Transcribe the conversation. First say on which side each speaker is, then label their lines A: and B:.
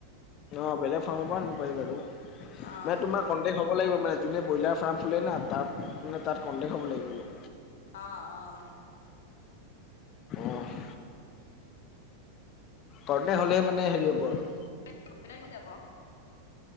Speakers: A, on the left (about 35°); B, on the left (about 60°).
A: অ', বেলেগ ফাৰ্মৰ পৰা আনিব পাৰি বাৰু, <unintelligible>
B: অ'
A: তোমাক কনটেক হ'ব লাগিব মানে যোনে বইলাৰ ফাৰ্ম খুলে না তাত মানে তাত কনটেক হ'ব লাগিব। অলপ
B: অ', অ'।
A: অ', কৰণে হ'লে মানে হেৰি হব আৰু।
B: <unintelligible> কি যাব?